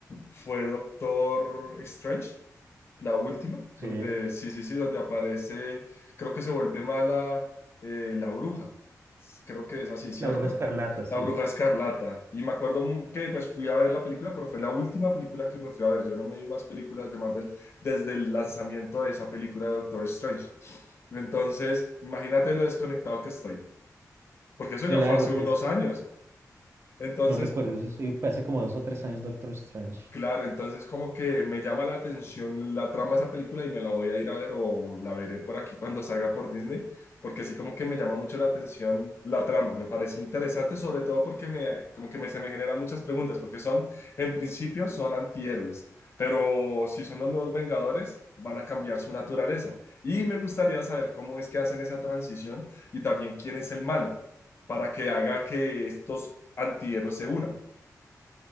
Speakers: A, on the left; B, on the right.
A: fue Doctor Strange la última,
B: Sí.
A: donde sí, sí, sí, donde aparece, creo que se vuelve mala eh, la bruja. S- Creo que es así, ¿cierta?
B: La Bruja Escarlata, sí.
A: La bruja escarlata. Y me acuerdo mu- que pues fui a ver la película, pero fue la última película que me fui a ver. Yo no me vi más películas de Marvel desde el lanzamiento de esa película de Doctor Strange. Entonces, imagínate lo desconectado que estoy, porque eso
B: Claro,
A: ya fue hace unos
B: pues
A: años. Entonces,
B: no recuerdo, eso sí, fue hace como dos o tres años Doctor Strange.
A: Claro, entonces como que me llama la atención la trama de esa película y me la voy a ir a ver o la veré por aquí cuando salga por Disney, porque sí como que me llama mucho la atención la trama, me parece interesante, sobre todo porque me, como que me, se me generan muchas preguntas, porque son, en principio son antihéroes, pero si son los nuevos Vengadores, van a cambiar su naturaleza. Y me gustaría saber cómo es que hacen esa transición y también quién es el malo, para que haga que estos antihéroes se unan.